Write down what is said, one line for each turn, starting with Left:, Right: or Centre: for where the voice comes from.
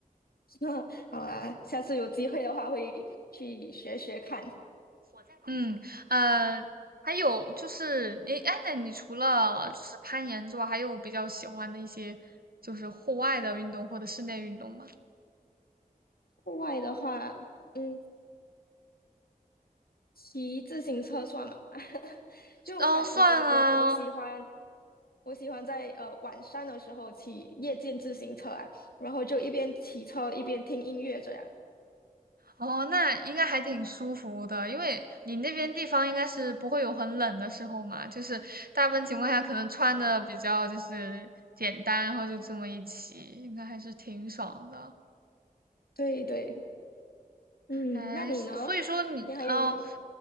Left: <laughs> 好啊，下次有机会的话会去学学看。
Right: <laughs> 嗯，呃，还有就是，你哎，那你除了就是攀岩之外，还有比较喜欢的一些就是户外的运动或者室内运动吗？
Left: 户外的话，嗯，骑自行车算吗？<laughs> 就我感我我我喜欢
Right: 哦，算啊，
Left: 我喜欢在呃晚上的时候骑夜间自行车啊，然后就一边骑车一边听音乐这样。
Right: 哦，那应该还挺舒服的，因为你那边地方应该是不会有很冷的时候嘛，就是大部分情况下可能穿的比较就是简单，然后就这么一骑，应该还是挺爽的。
Left: 对对，嗯，
Right: 哎，
Left: 那你呢？
Right: 所所以说你，
Left: 你还有
Right: 哦，